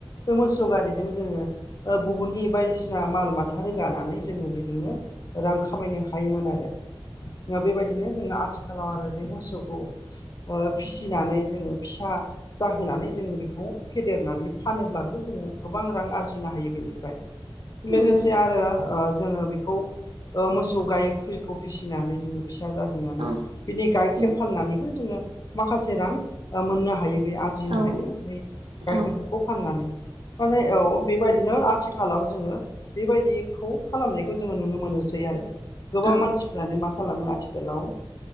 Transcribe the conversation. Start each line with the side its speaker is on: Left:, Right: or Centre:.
Left: बे मोसौ गारि जों गुबुननि बायदिसिना माल माथा रोगानानै जो बेजोंनो रां खामाय हायोमोन आरो बेबायदिनो जोङो आथिखालाव आरो बे मोसौखौ फिसिनानै जोङो फिसा फिसा जाहोनानै जोङो बेखौ फेदेरनानै फानोब्लाबो जोङो गोबां रां आरजिनो हायो बेनिफ्राय लोगोसे
Right: उम
Left: आरो जोङो बेखौ मोसौ गायखौ फिसिनानै जोङो फिसा जाहोनानै
Right: औ
Left: बिनि गाइखेर
Right: उम
Left: फाननानैबो जोङो माखासे रां मोननो हायो बे आरजिनो
Right: औ
Left: हायो बै गाइखेरफोरखौ
Right: औ
Left: फाननानै नाथाय औ बेबायदिनो आथिखालाव जोङो बेबायदिखौ खालामनायखौ जोङो नुनो मोनोसै आरो गोबां
Right: औ
Left: मानसिफ्रानो माखासे खालामो आथिखालाव